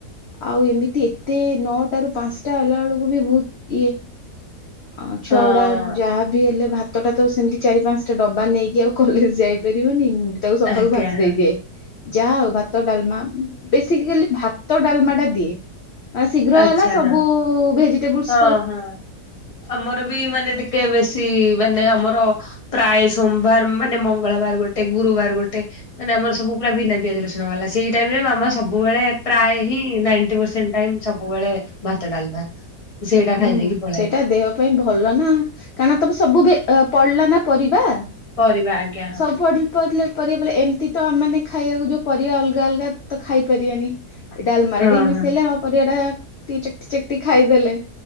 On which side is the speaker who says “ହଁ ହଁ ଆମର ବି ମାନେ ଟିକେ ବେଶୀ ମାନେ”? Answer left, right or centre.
Left